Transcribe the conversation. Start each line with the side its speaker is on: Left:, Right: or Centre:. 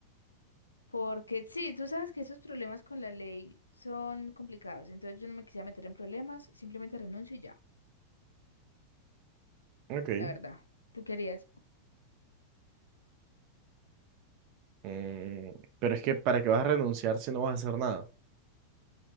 Left: Porque sí, tú sabes que esos problemas con la ley son complicados. Entonces yo no me quisiera meter en problemas, simplemente renuncio y ya,
Right: Ok.
Left: la verdad. ¿Tú querías?
Right: Mm, pero es que ¿para qué vas a renunciar si no vas a hacer nada?